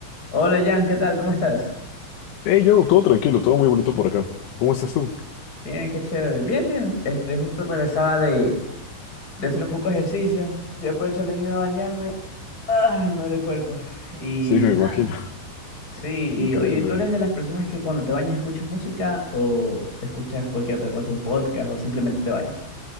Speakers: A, on the left; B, on the left.
A: Hola Jan, ¿qué tal? ¿Cómo estás?
B: Hey, yo, todo tranquilo, todo muy bonito por acá. ¿Cómo estás tú?
A: Bien, qué chévere. Bien, bien. Este, justo regresaba de, de hacer un poco de ejercicio. Estoy aprovechando en ir a bañarme. Ay, me duele el cuerpo. Y
B: Sí, me
A: nada.
B: imagino. <laughs>
A: Sí, y
B: Increíble.
A: oye, ¿tú eres de las personas que cuando te bañas escuchas música o escuchas cualquier otra cosa, un podcast o simplemente te bañas?